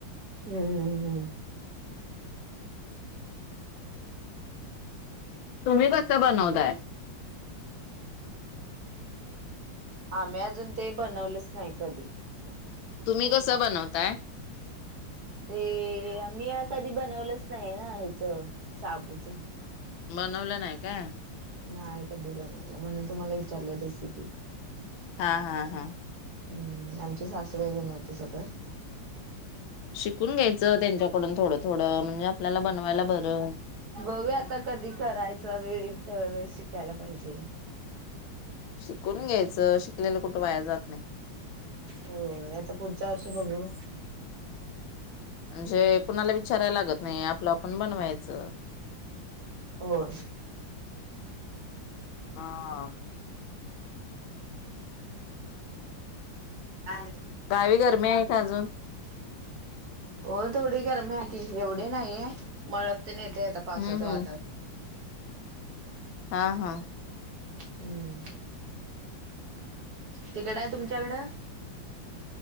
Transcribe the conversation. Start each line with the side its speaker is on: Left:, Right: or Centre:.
Right: हम्मम. हम्म.
Left: तुम्ही कसं बनवताय?
Right: आम्ही अजून ते बनवलंच नाही कधी.
Left: तुम्ही कसं बनवताय?
Right: ते मी आ कधी बनवलंच नाही ना, ह्याचं शाबूचं.
Left: बनवलं नाही काय?
Right: नाही कधी बनवलं. म्हणून तुम्हाला विचारलं रेसिपी.
Left: हा. हा. हा.
Right: हम्म, आमची सासूबाई बनवती सगळं.
Left: शिकून घ्यायचं त्यांच्याकडून थोडं-थोडं, म्हणजे आपल्याला बनवायला बरं.
Right: बघुया, आता कधी करायचा वेळ येईल त्या वेळेस शिकायला पाहिजे.
Left: शिकून घ्यायचं. शिकलेलं कुठं वाया जात नाही.
Right: होय. आता पुढच्या वर्षी बघू.
Left: म्हणजे कुणाला विचारायला लागत नाही. आप ल्या आपण बनवायचं.
Right: होय.
Left: हा.
Right: <unintelligible>
Left: गावी गर्मी आहे का अजून?
Right: हो, थोडी गर्मी आहे की. एवढी नाही. म ते नं येतंय आता पावसाच
Left: हं, हं.
Right: वातावरण.
Left: हा. हा.
Right: हम्म. तिकड आहे तुमच्याकडं.